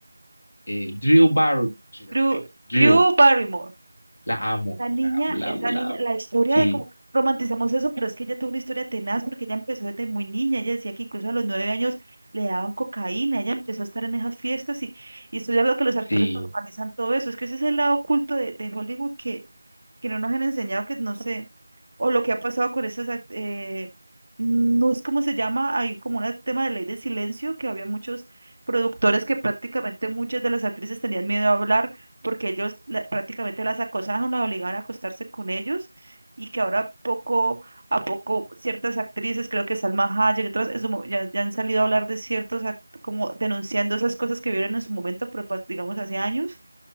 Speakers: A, on the left; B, on the right.
A: eh, Drew Barry, se llama
B: Drew,
A: ella, Drew.
B: Drew Barrymore.
A: La amo,
B: La niña,
A: la amo,
B: esa
A: la amo,
B: niña,
A: la amo.
B: la historia
A: Sí,
B: de cómo romantizamos eso, pero es que ella tuvo una historia tenaz porque ella empezó desde muy niña. Ella decía que incluso a los nueve años le daban cocaína. Ella empezó a estar en esas fiestas y, y estudiar lo que los actores
A: sí,
B: organizan todo eso. Es que ese es el lado oculto de, de Hollywood que, que no nos han enseñado, que no sé, o lo que ha pasado con esas, ac- eh, no es como se llama, hay como un tema de ley del silencio, que había muchos productores que prácticamente muchas de las actrices tenían miedo a hablar porque ellos la- prácticamente las acosaban, las obligaban a acostarse con ellos y que ahora poco a poco ciertas actrices, creo que Salma Hayek y otras, en su mo- ya, ya han salido a hablar de ciertos, act- como denunciando esas cosas que vieron en su momento, pero pues, digamos hace años.